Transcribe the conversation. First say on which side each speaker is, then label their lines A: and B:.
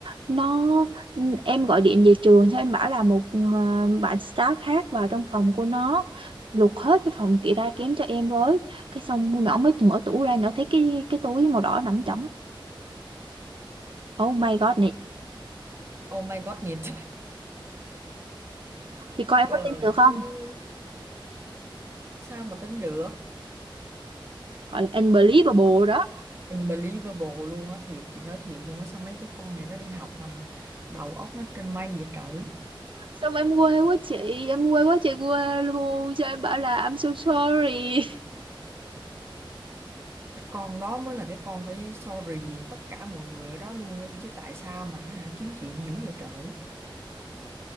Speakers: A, on the right; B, on the right.
A: nó ừ, em gọi điện về trường sao em bảo là một à, bạn staff khác vào trong phòng của nó lục hết cái phòng kia ra kém cho em với cái xong nhỏ mới mở tủ ra nhỏ thấy cái cái túi màu đỏ nằm trống oh my god này
B: oh my god nhiệt <laughs>
A: thì coi em
B: trời
A: có tin được không
B: ơi sao mà tính được
A: gọi là unbelievable đó
B: unbelievable luôn á thiệt chị nói thiệt luôn á sao mấy cái con này nó đi học mà đầu óc nó trên mây vậy trời
A: xong em quê quá chị em quê quá trời quê luôn cho em bảo là I'm so sorry
B: cái con đó mới là cái con phải sorry tất cả mọi người ở đó luôn á chứ tại sao mà hả kiếm chuyện dữ vậy trời